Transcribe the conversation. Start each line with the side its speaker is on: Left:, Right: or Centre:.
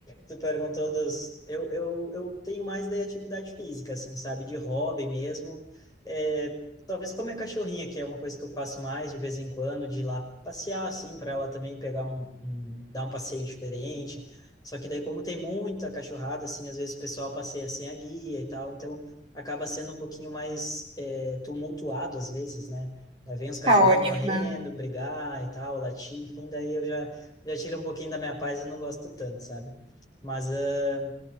Left: tu perguntou dos. Eu, eu, eu tenho mais de atividade física, assim, sabe? De hobby mesmo. É, talvez comer cachorrinha, que é uma coisa que eu faço mais de vez em quando, de ir lá passear, assim, para ela também pegar um, um. dar um passeio diferente. Só que daí, como tem muita cachorrada, assim, às vezes o pessoal passeia sem a guia e tal, então acaba sendo um pouquinho mais é, tumultuado às vezes, né? Aí vem os cachorrinhos
Right: Tá ótimo,
Left: correndo,
Right: né?
Left: brigar e tal, latir, enfim, daí eu já já tira um pouquinho da minha paz e não gosto tanto, sabe? Mas eh,